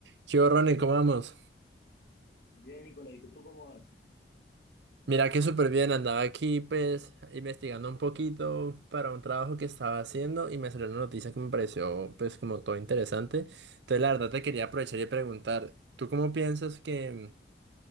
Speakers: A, on the right; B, on the left.
A: ¿Qué hubo, Ronnie? ¿Cómo vamos?
B: Bien, Nicolás, ¿y tú cómo vas?
A: Mira que súper bien, andaba aquí pues investigando un poquito para un trabajo que estaba haciendo y me salió una noticia que me pareció pues como todo interesante. Entonces la verdad te quería aprovechar y preguntar, ¿tú cómo piensas que,